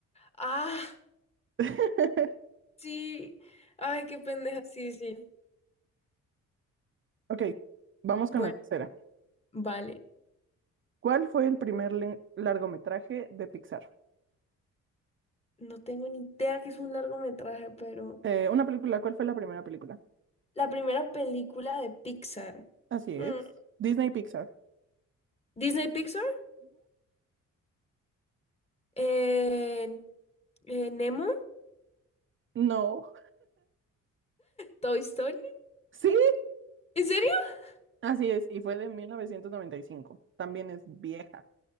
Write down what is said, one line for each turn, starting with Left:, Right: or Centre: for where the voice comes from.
Left: Ah,
Right: <laughs>
Left: sí. Ay, qué pendeja. Sí, sí.
Right: Ok, vamos con
Left: bueno
Right: la tercera.
Left: Vale,
Right: ¿Cuál fue el primer le- largometraje de Pixar?
Left: no tengo ni idea que es un largometraje, pero
Right: Eh, una película, ¿cuál fue la primera película?
Left: la primera película de Pixar.
Right: Así
Left: Mm,
Right: es. Disney Pixar.
Left: ¿Disney Pixar? Eh, eh, ¿Nemo?
Right: No,
Left: ¿Toy Story?
Right: <laughs> sí,
Left: ¿En serio? <laughs>
Right: así es, y fue de 1995. también es vieja,